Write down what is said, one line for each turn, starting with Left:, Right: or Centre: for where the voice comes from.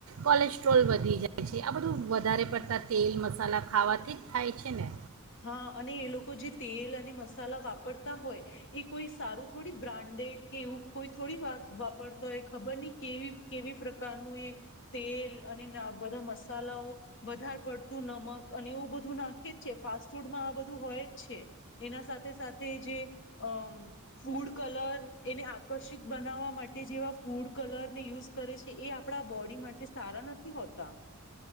Right: કોલેસ્ટ્રોલ વધી જાય છે આ બધું વધારે પડતાં તેલ મસાલા ખાવાથી જ થાય છે ને.
Left: હા, અને એ લોકો જે તેલ અને મસાલા વાપરતા હોય એ કોઈ સારું થોડી બ્રાન્ડેડ કે એવું કોઈ થોડી વા-વાપરતા હોય. ખબર નઈ કેવી કેવી પ્ર કાનું એ તેલ અને ના બધા મસાલાઓ વધારે પડતું નમક અને એવું બધું નાખે જ છે ફાસ્ટ ફૂડમાં આ બધું હોય જ છે એના સાથે સાથે જે અહ ફૂડ કલર એને આકર્ષિત બનાવવા માટે જેવા ફૂડ કલરને યુઝ કરે છે એ આપણા બોડી માટે સારા નથી હોતા.